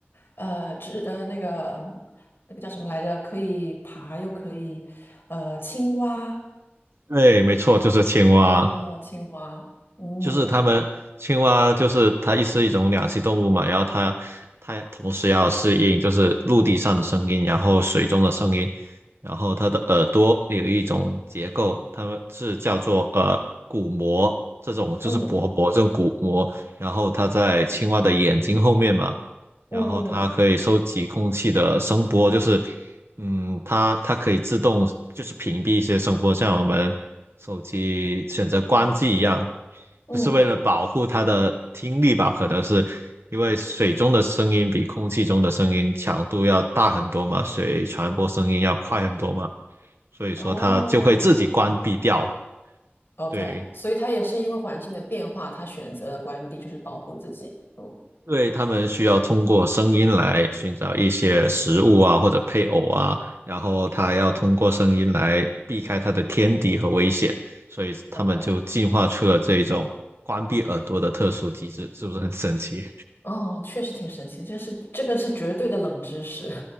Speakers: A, on the left; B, on the right.
A: 呃，只呃那个嗯那个叫什么来着？可以爬又可以，呃，青蛙
B: 对，没错，就是青蛙。
A: 哦，青蛙，嗯
B: 就是它们青蛙，就是它一是一种两栖动物嘛，然后它它同时要适应就是陆地上的声音，然后水中的声音，然后它的耳朵有一种结构，它们是叫做呃鼓膜，这种就是薄膜，
A: 嗯
B: 这种鼓膜，然后它在青蛙的眼睛后面嘛，
A: 嗯嗯
B: 然后它可以收集空气的声波，就是。嗯，它它可以自动就是屏蔽一些声波，像我们手机选择关机一样，
A: 嗯，
B: 就是为了保护它的听力吧？可能是因为水中的声音比空气中的声音强度要大很多嘛，水传播声音要快很多嘛，所以说它就会自己关闭掉。
A: 哦，，OK，
B: 对，
A: 所以它也是因为环境的变化，它选择了关闭，就是保护自己。嗯
B: 对，他们需要通过声音来寻找一些食物啊，或者配偶啊，然后他要通过声音来避开他的天敌和危险，所以他们就进化出了这种关闭耳朵的特殊机制，
A: ，OK，
B: 是不是很神奇？
A: 哦，确实挺神奇，就是这个是绝对的冷知识，<laughs>